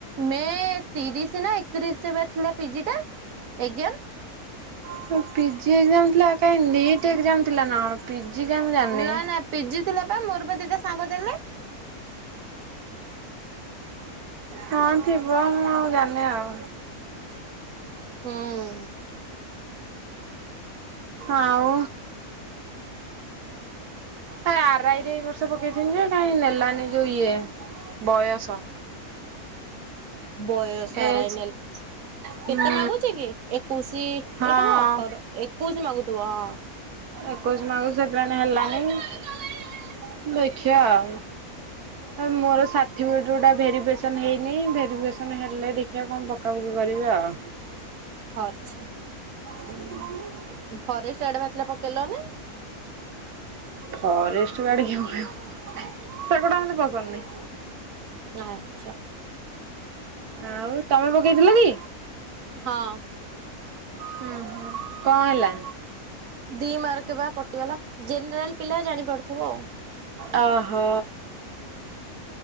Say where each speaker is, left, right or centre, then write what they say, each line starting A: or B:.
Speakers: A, on the right; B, on the right.
A: ମେ ତିରିଶ ନା ଏକତିରିଶରେ ପା ଥିଲା ପିଜି ଟା, ଏକ୍ଜାମ।
B: ହୁଁ ପିଜି ଏକ୍ଜାମ ଥିଲା କାଇଁ, ନିଟ୍ ଏକ୍ଜାମ ଥିଲା ନା କଣ। ପିଜି ଯା ମୁଁ ଜାଣନି।
A: ନା ନା ପିଜି ଥିଲା ପା, ମୋର ବା ଦିଟା ସାଙ୍ଗ ଦେଲେ।
B: ହଁ ଥିବ, ମୁଁ ଆଉ ଜାଣିନି ଆଉ।
A: ହୁଁ।
B: ଆଉ। ଆ ଆର ଆଇ ଏ ବର୍ଷ ପକେଇିନି ଯେ କାହିଁ ନେଲାନି ଯୋଉ ଇଏ ବୟସ।
A: ବୟ ସ ଆର
B: ଏଜ୍
A: ଆଇ ନେଲ
B: ହୁଁ
A: କେତେ ମାଗୁଚି କି ଏକୋଇଶି ଏଇଟା
B: ହଁ
A: ବା ଅଠର ଏକୋଉସୀ ମାଗୁଥିବ ହଁ।
B: ଏକୋଇଶ ମାଗୁଚି ସେଥିପାଇଁ ତ ହେଲାନି ଦେଖିବା ଆ। ହ <inaudible> ହଉ ମୋର ସାର୍ଟିଫିକେଟ୍ ଗୋରା ଭେରିଫେସନ୍ ହେଇନି ଭେରିଫିକେସନ୍ ହେଲେ ଦେଖିବା କଣ ପକାପକି କରିବି ଆଉ।
A: <unintelligible>
B: ହୁଁ <inaudible>
A: ଫରେଷ୍ଟ ଆୟଡ ବାହାରିଥିଲା ପକେଇଲ ନି?
B: ଫରେଷ୍ଟ ଗାଡକିଏ ପକେଇବ। ସେଗୋଡା ମତେ ପସନ୍ଦ ନାହି।
A: ଆଚ୍ଛା।
B: ଆଉ ତମେ ପକେଇଥିଲ କି?
A: ହଁ।
B: ହୁଁ କଣ ହେଲା?
A: ଦି ମାର୍କ ବା କଟିଗଲା ଜେନେରାଲ ପିଲା ଜାଣି ପାରୁଥିବ ଆଉ।
B: ଓହୋ।